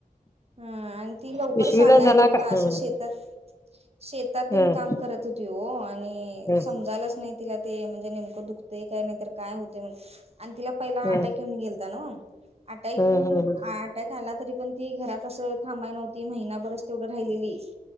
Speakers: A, on the right (about 45°); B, on the left (about 20°).
A: हं आणि ती लवकर
B: पिशवीला
A: सांगाय
B: झाला
A: नही बघा
B: का
A: असं
B: हं
A: शेतात शेतातीन
B: हं
A: काम करत होती हो, आणि
B: हं
A: समजालाच नाही. तिला ते म्हणजे नेमकं दुखतंय काय नाही तर काय होतंय आणि तिला पहिला
B: हं
A: आटाक येऊन गेलता नव्ह. आटाक
B: हं
A: येेऊन
B: हं हं
A: आ काय खाल्ला तरी पण ती घरात अस थांबाय नव्हती. महिनाभरच तेवढं राहिलेली